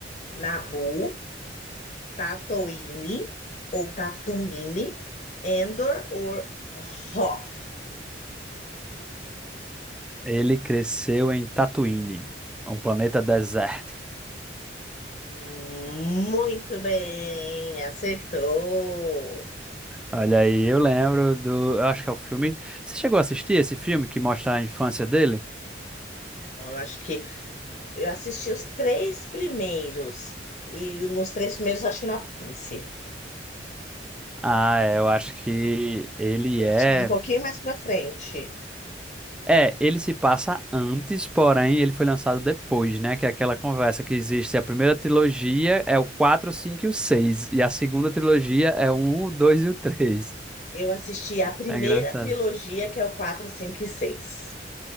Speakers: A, on the left; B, in the centre.
A: Naboo, Tatooine ou Tatooine, Endor ou Hoth.
B: Ele cresceu em Tatooine, um planeta desértico.
A: Muito bem, acertou.
B: Olha aí, eu lembro do. Eu acho que é o filme. Você chegou a assistir esse filme que mostra a infância dele?
A: Então, Eu acho que eu assisti os três primeiros e nos três primeiros eu acho que não aparece.
B: Ah, é, eu acho que ele
A: Eu
B: é.
A: acho que um pouquinho mais pra frente.
B: É, ele se passa antes, porém ele foi lançado depois, né? Que é aquela conversa que existe. A primeira trilogia é o 4, 5 e o 6. E a segunda trilogia é o 1, o 2 e o 3.
A: Eu assisti a primeira
B: É engraçado.
A: trilogia, que é o 4, 5 e 6.